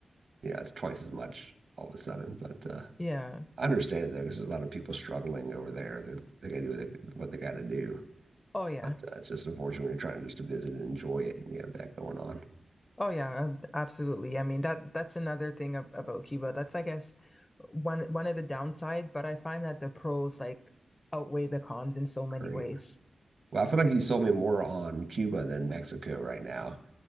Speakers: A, on the right; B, on the left.
A: yeah, it's twice as much all of a sudden. But uh,
B: Yeah.
A: I understand it though, because there's a lot of people struggling over there. That they got to do what they, what they got to do.
B: Oh yeah.
A: But uh, it's just unfortunate when you're trying just to visit and enjoy it, and you have that going on.
B: Oh yeah, ab- absolutely. I mean that that's another thing ab about Cuba. That's I guess one one of the downside, but I find that the pros like outweigh the cons in so many
A: Great.
B: ways.
A: Well, I feel like you sold me more on Cuba than Mexico right now.